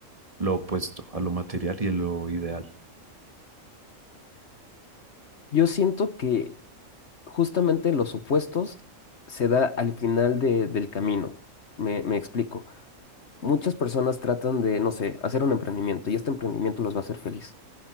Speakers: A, on the right; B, on the left.
A: lo opuesto a lo material y a lo ideal.
B: Yo siento que justamente los opuestos se da al final de- del camino. Me, me explico. Muchas personas tratan de, no sé, hacer un emprendimiento y este emprendimiento los va a hacer feliz.